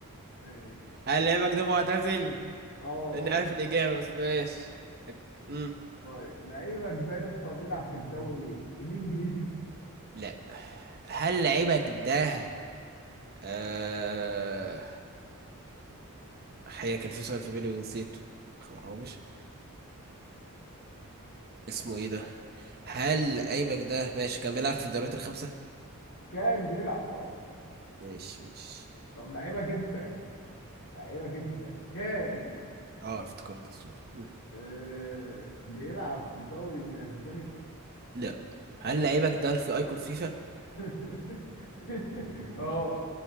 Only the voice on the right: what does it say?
هل لعيبك ده معتزل
اني عارف الإجابة بس ماشي أك- مم.
لا هل لعيبك ده آه... حقيقة كان في سؤال في بالي ونسيته خرابش اسمه ايه ده هل لعيبك ده ماشي كان بيلعب في الدوريات الخمسة
ماشي ماشي
اه افتكرت السؤال م.
لا هل لعيبك ده في ايكون فيفا؟